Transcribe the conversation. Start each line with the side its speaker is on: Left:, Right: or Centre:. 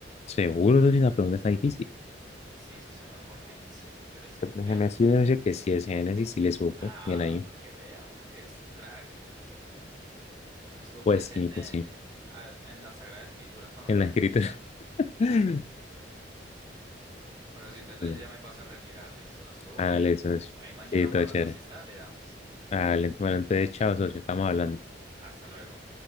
Left: Seguro que la pregunta está difícil.
Right: Sí, eso se me va por Génesis. Yo le sé,
Left: Pero Déjeme
Right: créame.
Left: decirle, socio, que si es Génesis, sí le supo.
Right: Ah,
Left: Bien ahí.
Right: para que vea uno que es un crack, uno que estuvo
Left: Pues
Right: presente
Left: sí, pues sí.
Right: en, a- en las Sagradas Escrituras cuando
Left: En
Right: fueron
Left: la escritura.
Right: escritas.
Left: <laughs>
Right: Bueno, si entonces
Left: Bueno,
Right: yo ya me paso a retirar, listo, estuvo
Left: hágale,
Right: divertido.
Left: socio.
Right: Ahí mañana
Left: Sí,
Right: o
Left: todo
Right: más rato
Left: chévere.
Right: si está, le damos.
Left: Ah, le- de entonces, chao, socio, estamos hablando.
Right: Hasta luego.